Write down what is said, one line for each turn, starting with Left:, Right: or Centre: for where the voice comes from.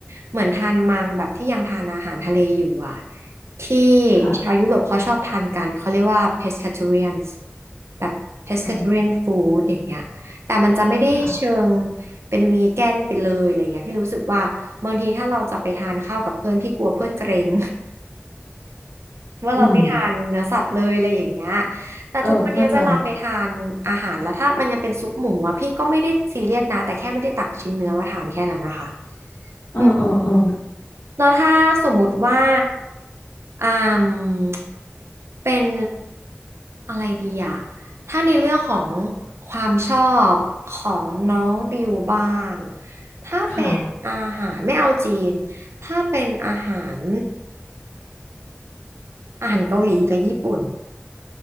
Right: เหมือนทานมังแบบที่ยังทานอาหารทะเลอยู่อะ ที่
Left: ค่ะ
Right: ชาวยุโรปเขาชอบทานกัน เขาเรียกว่า pescatarians แบบ pescatarian
Left: อืม
Right: food อย่างเงี้ยแต่มันจะไม่ได้เชิง
Left: ค่ะ
Right: เป็นวีแกนไปเลยอะไรเงี้ยพี่รู้สึกว่าบางทีถ้าเราจะไปทานข้าวกับเพื่อนพี่กลัวเพื่อนเกรง ว่าเราไม่ทานเนื้อสัตว์เลยอะไรอย่างเงี้ย
Left: อืม
Right: แต่ทุกวันเนี้ยเวลาไปทานอาหารแล้วถ้ามันยังเป็นซุปหมูอ่ะพี่ก็ไม่ได้ซีเรียสนะแต่แค่ไม่ได้ตักชิ้นเนื้อมาทานแค่นั้นนะคะ
Left: เออเข้าใจเออเออเออ
Right: อืมแล้วถ้าสมมุติว่าอืมเป็นอะไรดีอ่ะถ้าในเรื่องของความชอบของน้องบิวบ้าง ถ้าเป็นอาหารไม่เอาจีน
Left: ค่ะ
Right: ถ้าเป็นอาหารอาหารเกาหลีกับญี่ปุ่น